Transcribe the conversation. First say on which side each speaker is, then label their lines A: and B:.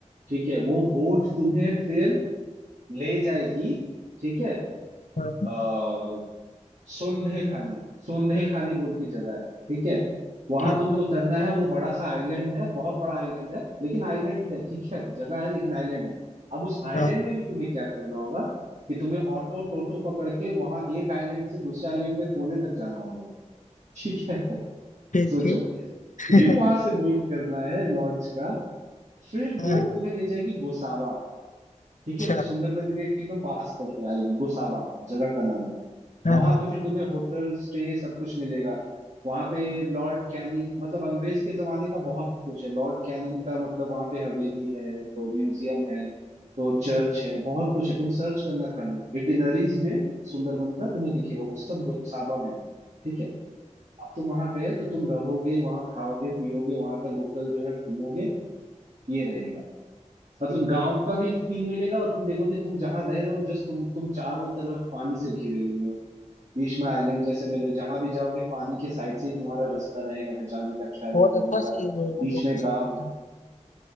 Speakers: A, on the right; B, on the left.
A: ठीक है वो बोट तुम्हें फिर ले जाएगी ठीक है
B: हाँ
A: अ सोंधे खाली सोंधे खाली बोल के जगह है ठीक है वहां
B: ठीक
A: तुम्हें उतरना है वो बड़ा सा आइलैंड है बहुत बड़ा आइलैंड है लेकिन आइलैंड है ठीक है जगह है लेकिन आइलैंड है अब उस आइलैंड
B: हाँ
A: में भी तुम्हें क्या करना होगा कि तुम्हें ऑटो टोटो पकड़ के वहां एक आइलैंड से दूसरे आइलैंड के कोने तक जाना होगा ठीक है <laughs>
B: ठीक
A: सोचो
B: ठीक <laughs>
A: फिर वहां से बोट करना है लॉन्च का फिर
B: हाँ,
A: बोट तुम्हें ले जाएगी गोसावा ठीक
B: अच्छा
A: है जो सुंदरबन के एकदम पास पड़ आएगी गोसावा जगह का नाम है
B: हाँ
A: वहां
B: हाँ,
A: पे फिर तुम्हें होटल स्टे सब कुछ मिलेगा वहां पे लॉर्ड कैनिंग मतलब अंग्रेज के जमाने का बहुत कुछ है लॉर्ड कैनिंग का मतलब वहां पे हवेली है तो म्यूजियम है तो चर्च है बहुत कुछ है तुम सर्च करना खाली इटिनरीज में सुंदरबन का तुम्हें दिखेगा वो सब गोसाबा में है। ठीक है अब तुम वहां गए तो तुम रहोगे वहां खाओगे पियोगे वहां का लोकल जो है घूमोगे ये रहेगा मतलब गांव का भी फील मिलेगा और तुम देखोगे तुम जहां रह रहे हो जस्ट तुम तुम चारों तरफ पानी से घिरे हुए हो बीच में आइलैंड जैसे मेरे जहां भी जाओगे पानी के साइड से ही तुम्हारा रास्ता रहेगा जाने का ट्रैवल
B: बहुत अच्छा
A: करने का
B: सी वो वो
A: बीच
B: लोकेशन
A: में गाँव
B: रहता
A: है
B: है